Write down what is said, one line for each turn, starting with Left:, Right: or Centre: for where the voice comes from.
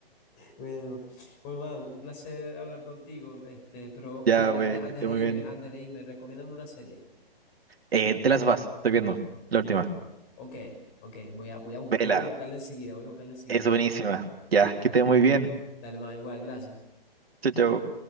Left: Bueno, bueno, man, un placer hablar contigo, este, pero
Right: Ya,
Left: oye, antes,
Right: pues,
Left: antes
Right: que esté
Left: de
Right: muy
Left: irme,
Right: bien.
Left: antes de irme, recomiéndame una serie.
Right: Eh, The Last of Us, estoy viendo, la última.
Left: Ok, ok, voy a, voy a, bu-
Right: Vela,
Left: voy a buscarla enseguida, voy a buscarla enseguida.
Right: es buenísima. Ya,
Left: Dale,
Right: que esté muy bien.
Left: dale, man, igual, gracias.
Right: Chao, chao.